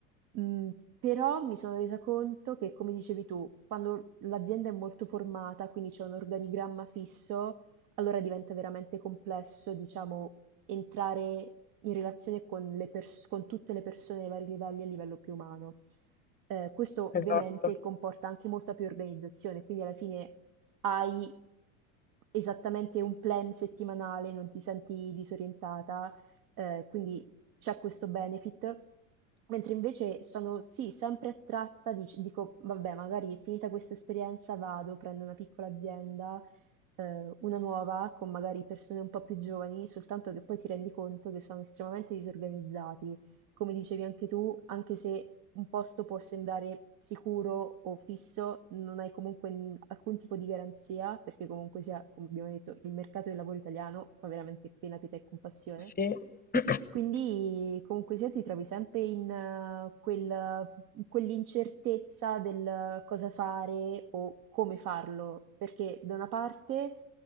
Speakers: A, on the right; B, on the left.
A: Mm, però mi sono resa conto che, come dicevi tu, quando l'azienda è molto formata, quindi c'è un organigramma fisso, allora diventa veramente complesso, diciamo, entrare in relazione con le pers- con tutte le persone ai vari livelli a livello più umano. Eh, questo
B: esatto,
A: ovviamente comporta anche molta più organizzazione, quindi alla fine hai esattamente un plan settimanale, non ti senti disorientata, eh, quindi c'è questo benefit. Mentre invece sono sì, sempre attratta, dic- dico, vabbè, magari finita questa esperienza vado, prendo una piccola azienda ehm, una nuova con magari persone un po' più giovani, soltanto che poi ti rendi conto che sono estremamente disorganizzati come dicevi anche tu, anche se un posto può sembrare sicuro o fisso, non hai comunque n- alcun tipo di garanzia, perché comunque sia, come abbiamo detto, il mercato del lavoro italiano fa veramente pena, pietà e compassione.
B: sì. <clears throat>
A: Quindi comunque sia ti trovi sempre in, eh, quel- in quell'incertezza del cosa fare o come farlo, perché da una parte